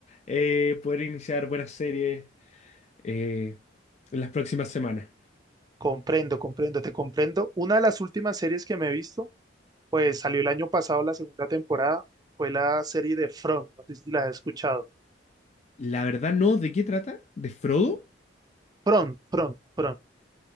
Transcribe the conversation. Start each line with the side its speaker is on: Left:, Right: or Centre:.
Left: eh, poder iniciar buenas series eh, en las próximas semanas.
Right: Comprendo, comprendo, te comprendo. Una de las últimas series que me he visto Pues salió el año pasado la segunda temporada, fue la serie de Front, no sé si la has escuchado.
Left: La verdad no, ¿de qué trata? ¿De Frodo?
Right: Front, Front, Front.